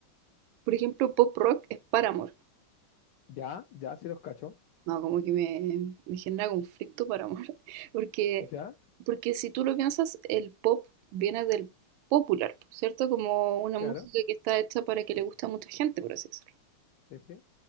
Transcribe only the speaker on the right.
Por ejemplo, pop rock es Paramore.
No, como que me, me genera conflicto para amor. <laughs> Porque,
porque si tú lo piensas, el pop viene del popular, ¿cierto? Como una
música que está hecha para que le guste a mucha gente, por así decirlo.